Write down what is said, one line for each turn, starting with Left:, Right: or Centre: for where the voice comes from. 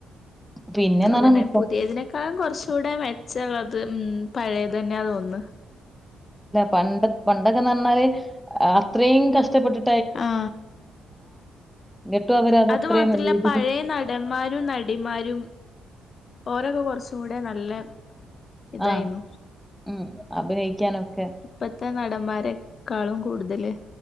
Centre: പിന്നെന്ന്
Left: അത്
Centre: പറഞ്ഞാ
Left: തന്നെ
Centre: മിക്ക
Left: പുതിയതിനേക്കാളും കൊറ്ച്ചൂ ടെ മെച്ചള്ളത് ഉം പഴേതന്നാണ് തോന്ന്ന്ന്
Centre: പണ്ടൊ പണ്ടൊക്കെന്ന് പറ്ഞ്ഞാല് ആ ത്രേം കഷ്ടപ്പെട്ടി
Left: ആ
Centre: എന്നിട്ടും അവരത്
Left: അത്
Centre: അത്രയും
Left: മാത്രല്ല
Centre: നല്ല രീതിയില്
Left: പഴേ നടന്മാരും നടിമാരും ഓരോക്കെ കൊറച്ചു കൂടെ നല്ല ഇതായിരുന്നു
Centre: ആ ഉം അഭിനയിക്കാനൊക്കെ
Left: ഇപ്പത്തെ നടന്മാരെ ക്കാളും കൂടുതല്